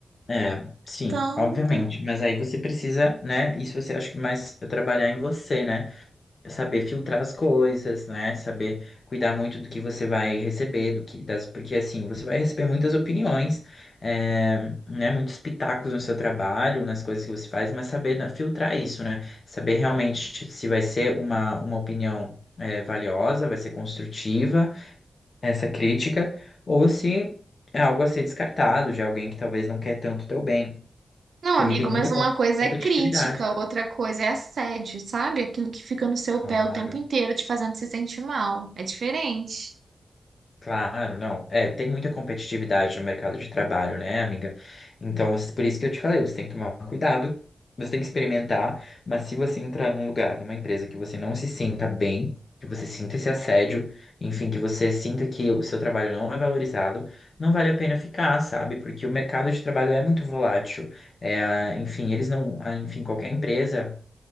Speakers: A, on the left; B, on the right.
A: É, sim,
B: Então,
A: obviamente.
B: tá-
A: Mas aí você precisa, né? Isso você acha que mais é trabalhar em você, né? É saber filtrar as coisas, né? Saber cuidar muito do que você vai receber, do que das, porque assim, você vai receber muitas opiniões, é, né? Muitos pitacos no seu trabalho, nas coisas que você faz, mas saber né, filtrar isso, né? Saber realmente se vai ser uma, uma opinião é, valiosa, vai ser construtiva essa crítica, ou se é algo a ser descartado de alguém que talvez não quer tanto o teu bem.
B: Não,
A: Porque
B: amigo,
A: tem muita
B: mas
A: com-
B: uma coisa
A: competitividade.
B: é crítica, outra coisa é assédio, sabe? Aquilo que fica no seu
A: Claro,
B: pé o tempo inteiro te fazendo se sentir mal. É diferente.
A: claro, não. É, tem muita competitividade no mercado de trabalho, né, amiga? Então, você- por isso que eu te falei, você tem que tomar cuidado, você tem que experimentar, mas se você entrar num lugar, numa empresa que você não se sinta bem, que você sinta esse assédio, enfim, que você sinta que o seu trabalho não é valorizado, não vale a pena ficar, sabe? Porque o mercado de trabalho é muito volátil. É, enfim, eles não, ah, enfim, qualquer empresa,